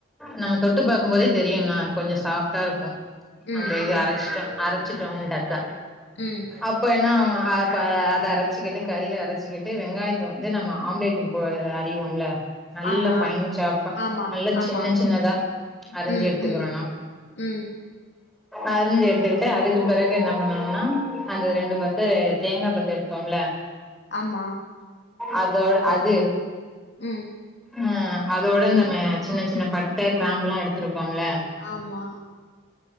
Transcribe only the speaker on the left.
ம்
ம்
ம்
ஆமா
ஆமா
ஆமா
ம்
ம் ம்
ஆமா
உம்
ஆமா